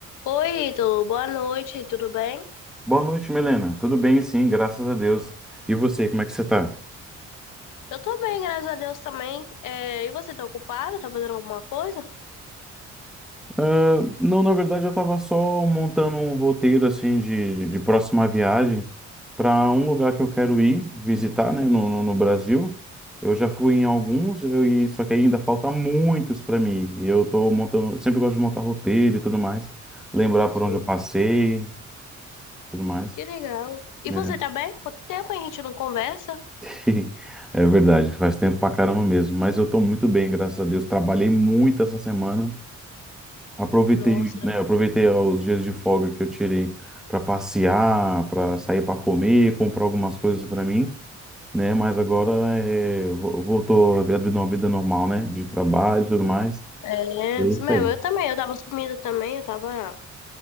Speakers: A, on the left (about 90°); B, in the centre.
A: Oi, Ítalo, boa noite, tudo bem?
B: Boa noite, Milena. Tudo bem, sim, graças a Deus. E você, como é que você tá?
A: Eu tô bem, graças a Deus também. É, e você tá ocupado? Tá fazendo alguma coisa?
B: Ah, Não, na verdade, eu tava só montando um roteiro, assim, de, de próxima viagem para um lugar que eu quero ir visitar, né, no, no, no Brasil. Eu já fui em alguns, eu, e, só que ainda falta muitos para mim. E eu tô montando, sempre gosto de montar roteiro e tudo mais, lembrar por
A: Sim.
B: onde eu passei, tudo mais.
A: Que legal. E
B: É,
A: você tá bem? Quanto tempo a gente não conversa?
B: <laughs> é verdade, faz tempo pra caramba mesmo. Mas eu tô muito bem, graças a Deus. Trabalhei muito essa semana. Aproveitei,
A: Nossa,
B: né, aproveitei os dias de folga que eu tirei para passear, para sair para comer, comprar algumas coisas para mim, né? Mas agora é, vo- voltou a vida, uma vida normal, né? De trabalho e tudo mais.
A: é
B: É isso
A: isso mesmo,
B: aí.
A: eu também. Eu tava sumida também, eu tava,